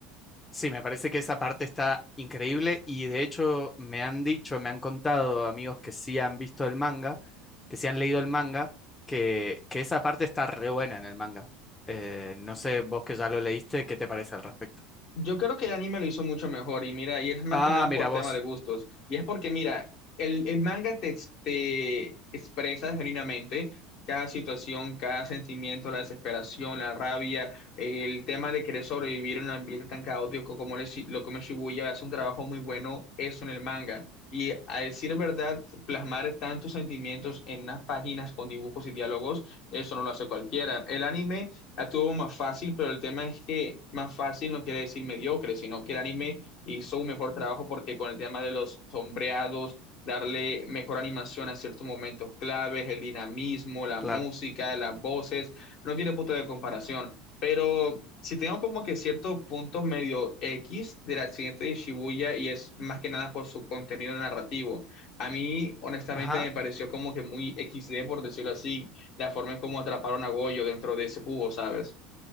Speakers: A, on the left; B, on the left.
A: Sí, me parece que esa parte está increíble y de hecho me han dicho, me han contado amigos que sí han visto el manga, que sí han leído el manga, que, que esa parte está re buena en el manga. Eh, no sé, vos que ya lo leíste, ¿qué te parece al respecto?
B: Yo creo que el anime lo hizo mucho mejor y mira, y es más
A: Ah,
B: que nada
A: mira
B: por
A: vos,
B: tema de gustos. Y es porque, mira, el, el manga te, ex- te expresa genuinamente cada situación, cada sentimiento, la desesperación, la rabia, el tema de querer sobrevivir en un ambiente tan caótico como lo es lo como es Shibuya, hace un trabajo muy bueno eso en el manga. Y a decir verdad, plasmar tantos sentimientos en unas páginas con dibujos y diálogos, eso no lo hace cualquiera. El anime la tuvo más fácil, pero el tema es que más fácil no quiere decir mediocre, sino que el anime hizo un mejor trabajo porque con el tema de los sombreados, darle mejor animación a ciertos momentos claves, el dinamismo, la
A: claro.
B: música, las voces, no tiene punto de comparación. Pero si tengo como que ciertos puntos medio X del accidente de Shibuya y es más que nada por su contenido narrativo. A mí, honestamente,
A: Ajá.
B: me pareció como que muy XD, por decirlo así la forma en cómo atraparon a Goyo dentro de ese cubo, ¿sabes?